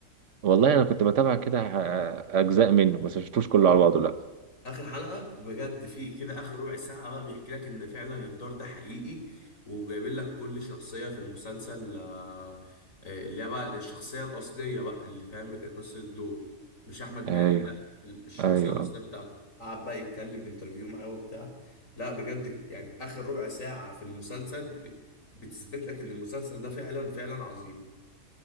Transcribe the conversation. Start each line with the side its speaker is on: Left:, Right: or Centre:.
Right: والله انا كنت بتابع كده آه، اجزاء منه بس ما شفتوش كله على بعضه لا
Left: اخر حلقه بجد في كده اخر ربع ساعه بقى بيحكي لك ان فعلا الدار ده حقيقي وجايبين لك كل شخصيه في المسلسل آه، آه، اللي هي بقى الشخصيه الاصليه بقى اللي فاهم اللي كانت نص الدور مش احمد مالك
Right: ايوه
Left: لا ال- الشخصيه
Right: ايوه
Left: الاصليه بتاعته قعد بقى يتكلم انترفيو معاه وبتاع لا بجد يعني اخر ربع ساعه في المسلسل بت- بتثبت لك ان المسلسل ده فعلا فعلا عظيم